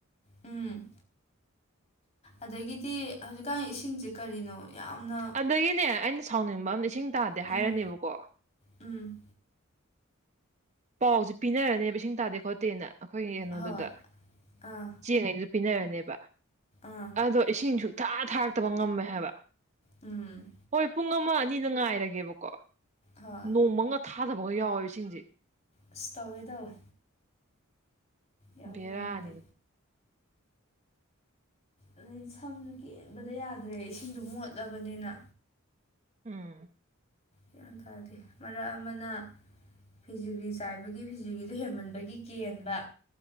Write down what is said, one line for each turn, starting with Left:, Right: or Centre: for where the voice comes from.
Left: ꯎꯝ ꯑꯗꯒꯤꯗꯤ ꯍꯧꯖꯤꯛꯀꯥꯟ ꯏꯁꯤꯡꯁꯦ ꯀꯔꯤꯅꯣ ꯌꯥꯝꯅ
Right: ꯑꯗꯒꯤꯅꯦ ꯑꯩꯅ ꯁꯥꯎꯅꯤꯡꯕ ꯑꯝꯅ ꯏꯁꯤꯡ ꯇꯥꯗꯦ ꯍꯥꯏꯔꯅꯦꯕꯀꯣ
Left: ꯎꯝ ꯎꯝ
Right: ꯄꯥꯎꯁꯦ ꯄꯤꯅꯔꯅꯦꯕ ꯏꯁꯤꯡ ꯇꯥꯗꯦ ꯈꯣꯠꯇꯦꯅ ꯑꯈꯣꯏꯒꯤ ꯀꯩꯅꯣꯗꯨꯗ
Left: ꯍꯣꯏ ꯑꯥ
Right: ꯆꯦꯉꯩꯗꯨ ꯄꯤꯅꯔꯅꯦꯕ
Left: ꯑꯥ
Right: ꯑꯗꯣ ꯏꯁꯤꯡꯁꯨ ꯊꯥ ꯊꯥꯔꯛꯇꯕ ꯉꯝꯃꯦ ꯍꯥꯏꯕ
Left: ꯎꯝ
Right: ꯍꯣꯏ ꯄꯨꯡ ꯑꯃ ꯑꯅꯤꯅ ꯉꯥꯏꯔꯒꯦꯕꯀꯣ
Left: ꯍꯣꯏ
Right: ꯅꯣꯡꯃꯒ ꯊꯥꯗꯕꯒ ꯌꯥꯎꯋꯦꯕ ꯏꯁꯤꯡꯁꯦ
Left: ꯑꯁ ꯇꯧꯋꯦ ꯇꯧꯋꯦ ꯌꯥꯝ
Right: ꯕꯦꯔꯥꯅꯤꯗ
Left: ꯅꯨꯡꯉꯥꯏꯇꯦ ꯑꯗꯩꯗꯤ ꯁꯝꯁꯨ ꯀꯦꯟꯕꯗ ꯌꯥꯗ꯭ꯔꯦ ꯏꯁꯤꯡꯗꯨ ꯃꯣꯠꯂꯕꯅꯤꯅ
Right: ꯎꯝ
Left: ꯒ꯭ꯌꯥꯟ ꯇꯥꯗꯦ ꯃꯔꯛ ꯑꯃꯅ ꯐꯤꯖꯤꯒ꯭ꯔꯤ ꯆꯥꯏꯕꯒꯤ ꯐꯤꯖꯤꯒ꯭ꯔꯤꯗꯨ ꯍꯦꯟꯃꯟꯕꯒꯤ ꯀꯦꯟꯕ